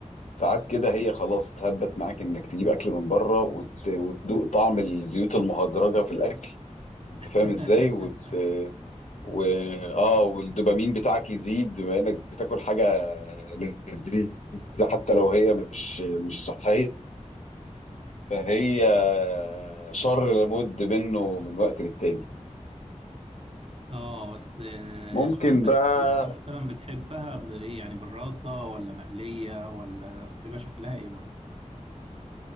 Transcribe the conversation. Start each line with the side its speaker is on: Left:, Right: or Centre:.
Left: ساعات كده هي خلاص هبت معاك انك تجيب اكل من بره وت... وتدوق طعم الزيوت المهدرجه في الاكل انت فاهم
Right: <laughs>
Left: ازاي وت... و اه والدوبامين بتاعك يزيد بما انك بتاكل حاجه لذيذه حتى لو هي مش مش صحيه فهي شر لابد منه من وقت للتاني
Right: اه بس آه،
Left: ممكن
Right: انت طب انت الكبده
Left: بقى
Right: مثلا بتحبها بايه يعني بالرده ولا مقليه ولا بيبقى شكلها ايه برضه